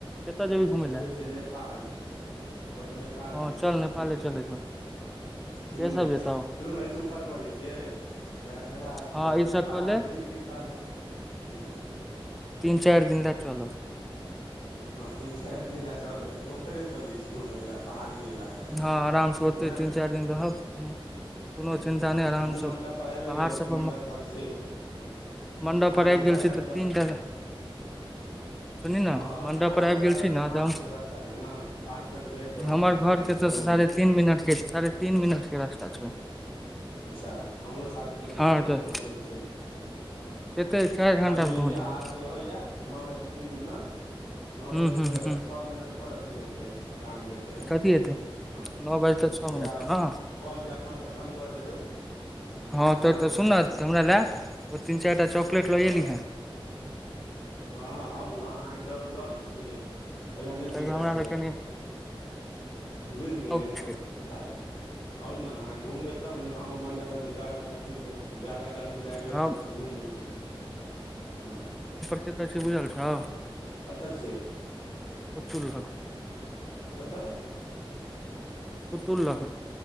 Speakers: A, in the centre; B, on the left.
A: कतऽ जेबही घुमै
B: एतेय
A: लए
B: है छैय नेपाल ह तऽ नेपाल
A: हँ
B: जेयबैय
A: चल नेपाले
B: हू
A: चल एक बेर
B: हू
A: के सब जेतौ
B: कहिय न ऐ स उपर करै छियै इएह इएह अथी
A: हँ
B: दुआरे
A: ई सब
B: आराम
A: कऽ ले
B: से नीक नीके बात हू
A: तीन चाइर दिन लऽ चलब
B: ह तीन चार दिन लए चलै छी पोखरे चले छी घूमय लए पहाड़ी इलाका
A: ह आराम से ओतै
B: नहि
A: तीन चार दिन रहब कोनो
B: हूँ
A: चिन्ता नय आराम
B: हमहूँ
A: स
B: मण्डप पर आबि
A: पहाड़
B: गेल
A: सभ
B: छी मण्डप
A: पर म
B: छी
A: मंडप
B: अहूँके
A: पर आइब
B: घर
A: गेल
B: हैत
A: छी तऽ
B: दस
A: तीन टा सुनी न
B: हँ
A: मंडप
B: अहाँके
A: पर आब
B: घर
A: गेल छी न
B: पाँच
A: त
B: मिनटके रास्ता यए ने पाँच मिनट वेट करय
A: हमर
B: पड़त
A: घर
B: अहाँके
A: ऐत
B: अबयमे
A: स साढ़े तीन मिनट के साढ़े तीन मिनट के रास्ता छओ
B: अच्छा हमरो साढ़े तीन मिनट
A: हँ
B: के हमहू
A: तऽ
B: पहुँचै छी <inaudible>
A: कते चारि घंटा
B: अभी
A: मे पहुँच
B: जे आ
A: जेबै
B: अथि होए या नओ बाजके तीन मिनट नओ बाजके
A: हूँ हूँ हूँ
B: छओ मिनट पर अथी हेतै तै काम हेतै
A: कथी एतै
B: हँ इह
A: नओ बाजि कऽ छओ मिनट पर ने
B: कल अपना अर खतम कऽ देबै
A: हँ तो
B: नहि
A: तऽ सुन हमरा ले ओ तीन चार टा चॉकलेट
B: हँ
A: लऽ एली हे
B: हँ आउ ने अहाँके ल लऽ लै छी ओहि लए नय
A: कियाकि
B: दिक्कत
A: हमरा
B: छै
A: लग कनि
B: बुझगेलियै
A: शौक
B: हमअर
A: छै
B: पता य आउ ने अहाँ घुमबै तब ने मड <unintelligible> गड़ अथ जादा गरमी लाएग
A: हम
B: रहल छलै घुमय छी हँ
A: केत छय बुझल छौ
B: कतऽ छियै
A: पुतुल लग
B: कतऽ
A: पुत्तुल लग